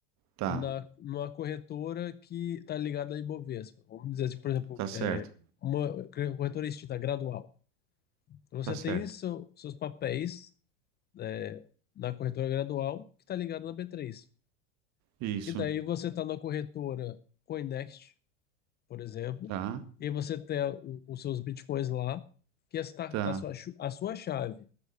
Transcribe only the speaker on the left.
na, numa corretora que está ligada à Ibovespa. Vamos dizer, tipo, por exemplo,
é, uma corretora extinta, Gradual. Então,
você
tem seu- seus papéis, é, na corretora Gradual, que está ligada na B3.
E daí você está na corretora Coinext, por exemplo,
e você tem o- os seus bitcoins lá, que está
a sua, chu- a sua chave